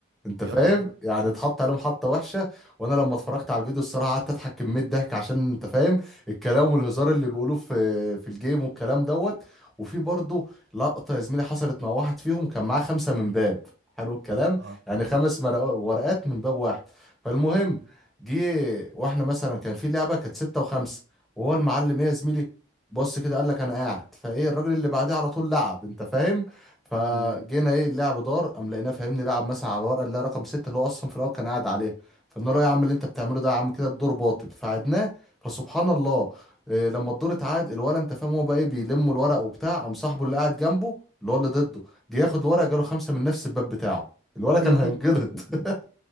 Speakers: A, in the centre; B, on the right.
A: انت
B: يلا
A: فاهم يعني اتحط عليهم حطه وحشه وانا لما اتفرجت على الفيديو الصراحه قعدت اضحك كميه ضحك عشان انت فاهم الكلام والهزار اللي بيقولوه في في الجيم والكلام دوت وفي برضه لقطه يا زميلي حصلت مع واحد فيهم كان معاه خمسه من باب حلو الكلام
B: اه
A: يعني خمس مرق- ورقات من باب واحد فالمهم جه واحنا مثلا كان في لعبه كانت سته وخمسه وهو المعلم ايه يا زميلي بص كده قال لك انا قاعد فايه الراجل اللي بعديه على طول لعب انت فاهم فجينا
B: امم
A: ايه اللعب دار قام لقيناه فاهمني لعب مثلا على الورقه اللي هي رقم ستة اللي هو اصلا في الاول كان قاعد عليها فقلنا له يا عم اللي انت بتعمله ده يا عم كده الدور باطل فعدناه فسبحان الله إيه لما الدور اتعاد الولد انت فاهم هو بقى ايه بيلم الورق وبتاع قام صاحبه اللي قاعد جنبه اللي هو اللي ضده جه ياخد الورق جاله خمسه
B: ايوه
A: من نفس الباب بتاعه الولد
B: <laughs>
A: كان هينجلط <laughs>